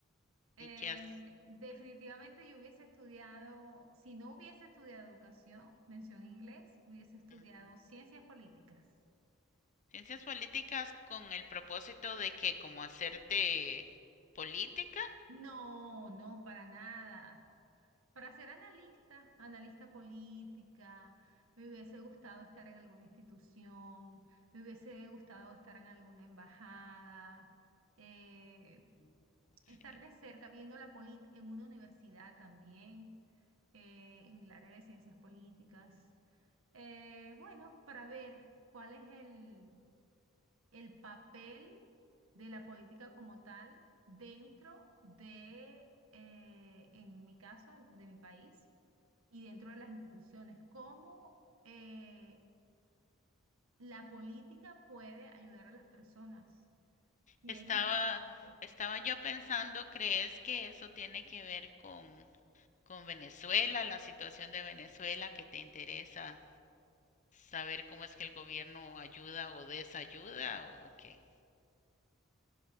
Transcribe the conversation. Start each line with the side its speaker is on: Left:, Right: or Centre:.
Right: Eh,
Left: ¿Y qué has?
Right: definitivamente yo hubiese estudiado, si no hubiese estudiado educación, mención inglés, hubiese estudiado
Left: Ujú.
Right: ciencias políticas.
Left: Ciencias políticas con el propósito de que como hacerte política.
Right: No, no, para nada. Para ser analista, analista política, me hubiese gustado estar en alguna institución, me hubiese gustado estar en alguna embajada. Eh,
Left: Mm, Sí.
Right: Estar de cerca viendo la polit en una universidad también, eh, en el área de ciencias políticas. Eh, bueno, para ver cuál es el, el papel de la política como tal dentro de, eh, en mi caso, el- de mi país y dentro de las instituciones, cómo eh, la política puede ayudar a las personas. Sí,
Left: Estaba,
Right: es importante.
Left: estaba yo pensando, ¿crees que eso tiene que ver con, con Venezuela, la situación de Venezuela, que te interesa saber cómo es que el gobierno ayuda o desayuda o qué?